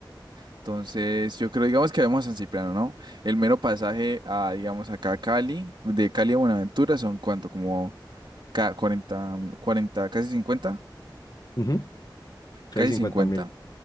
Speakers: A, on the right; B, on the left.
A: Entonces, yo creo, digamos que vemos a San Cipriano, ¿no? El mero pasaje a, digamos, acá a Cali, de Cali a Buenaventura son cuánto, como ca- 40 40, casi cincuenta
B: Ujú. Entonces
A: casi
B: cincuenta
A: cincuenta
B: mil.